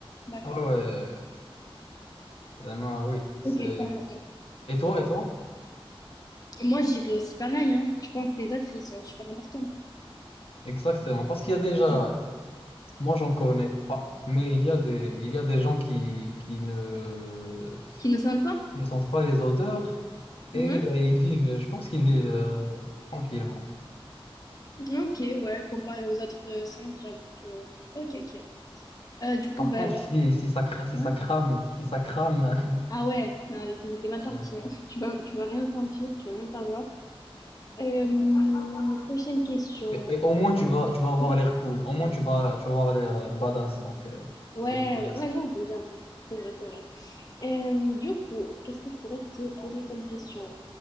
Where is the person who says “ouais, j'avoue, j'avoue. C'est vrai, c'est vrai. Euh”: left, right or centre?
Left